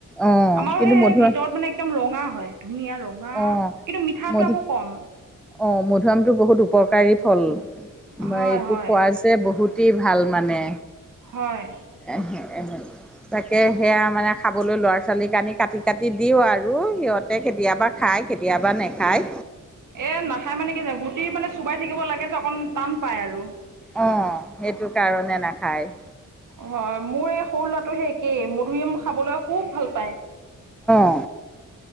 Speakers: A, in the centre; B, on the right (about 75°).
A: অ',
B: আমাৰো
A: কিন্তু
B: সেই
A: মধুৰিআম
B: ভিতৰত মানে একদম ৰঙা হয় ধুনীয়া ৰঙা
A: অ',
B: কিন্তু মিঠাটো
A: মধু
B: আকৌ কম
A: অ মধুৰিআমটো বহুত উপকাৰী ফল
B: হয়
A: বা এইটো
B: হয়
A: খোৱা যে বহুতেই ভাল মানে
B: হয়
A: আহ এ তাকে সেয়া মানে খাবলৈ ল'ৰা ছোৱালী কানি কাটি কাটি দিওঁ আৰু সিহঁতে কেতিয়াবা খায় কেতিয়াবা নেখায়
B: এ নাখায় মানে কি গুটিৰ মানে চোবাই থাকিব লাগে যে অকন টান পায় আৰু
A: অ সেইটো কাৰণে নাখায়
B: হয় মোৰ এই সৰু ল'ৰাটোহে একেই মধুৰিয়া আম খাবলৈ খুব ভাল পায়
A: অ